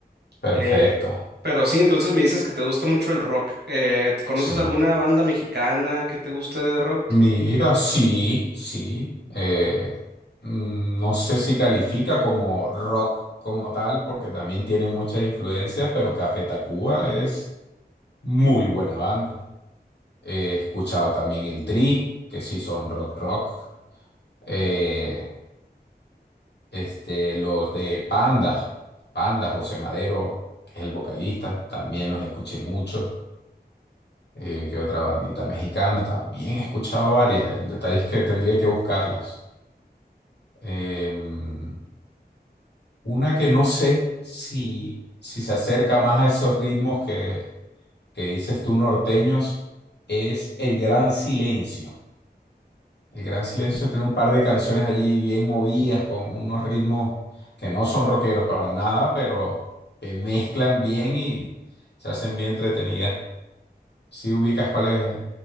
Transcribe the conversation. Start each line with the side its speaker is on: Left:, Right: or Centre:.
Left: Perfecto.
Right: Eh, pero sí, entonces me dices que te gusta mucho el rock. Eh, ¿conoces
Left: Sí.
Right: alguna banda mexicana que te guste de rock?
Left: Mira, sí, sí. eh, mm, no sé si califica como rock como tal, porque también tiene muchas influencias, pero Café Tacuba es muy buena banda. He escuchado también el Tri, que sí son rock rock. Eh, este, los de Panda, Panda, José Madero, que es el vocalista, también los escuché mucho. Eh, que otra bandita mexicana, también he escuchado varias. El detalle es que tendría que buscarlas. Em, una que no sé si, si se acerca más a esos ritmos que, que dices tú norteños es El Gran Silencio. El Gran Silencio tiene un par de canciones allí bien movidas con unos ritmos que no son rockeros para nada, pero que mezclan bien y se hacen bien entretenidas. Si ubicas cuál es